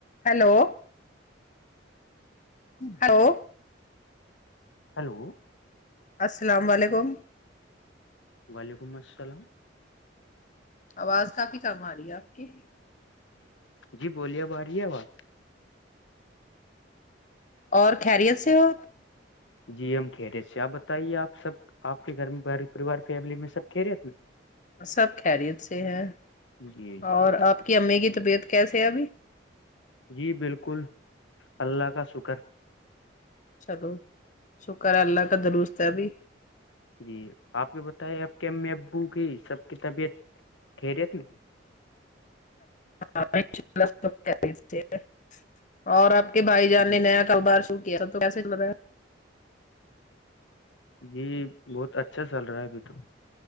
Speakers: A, on the left; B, on the left.
A: Hello hello
B: hello
A: السلام وعلیکم
B: وعلیکم السلام
A: آواز کافی کم آ رہی ہے آپ کی
B: جی بولیے آب آ رہی ہے آواز
A: اور خیریت سے ہو
B: جی ہم خیریت سے ہے آپ بتائیے آپ سب آپ کے گھر میں گھر پریوار فیملی میں سب خیریت
A: سب خیریت سے ہے
B: جی جی
A: اور آپ کی امی کی طبیعت کیسے ہے ابھی
B: جی بالکل اللہ کا شکر
A: چلو شکر ہے اللہ کا درست ہے ابھی
B: جی آپ کے بتائے آپ کے امی ابو کی سب کی طبیعت خیریت ہے
A: ہاں انشاءاللہ سب خیریت سے ہیں اور آپ کے بھائی جان
B: جی
A: نے نیا
B: جی
A: کاروبار شوٹ سب تو وسے پتا ہے
B: جی بہت اچھا چل رہا ہے ابھی تو